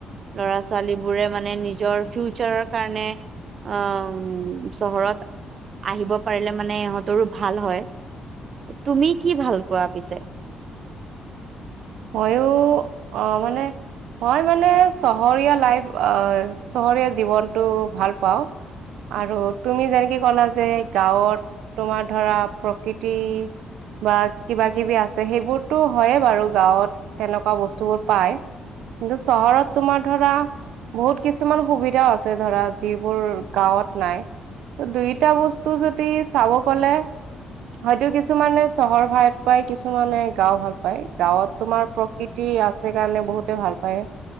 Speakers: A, on the right; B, on the right.
A: ল'ৰা ছোৱালী বোৰে মানে নিজৰ ফিউচাৰৰ কাৰণে আহ চহৰত আহিব পাৰিলে মানে ইহঁতৰো ভাল হয় তুমি কি ভাল পোৱা পিছে
B: ময়ো আহ মানে মই মানে চহৰীয়া লাইফ চহৰীয়া জীৱনটো ভাল পাওঁ আৰু তুমি যেনেকে ক'লা যে গাঁৱত তোমাৰ ধৰা প্ৰকৃতি বা কিবা কিবি আছে সেইবোৰতো হয়ে বাৰু গাঁৱত তেনেকুৱা বস্তুবোৰ পায় কিন্তু চহৰত তোমাৰ ধৰা বহুত কিছুমান সুবিধাও আছে ধৰা যিবোৰ গাঁৱত নাই ত দুইটা বস্তু যদি চাব গলে হয়তো কিছুমানে চহৰ ভাল পায় কিছুমানে গাঁও ভাল পায় গাঁৱত তোমাৰ প্ৰকৃতি আছে কাৰণে বহুতে ভাল পায়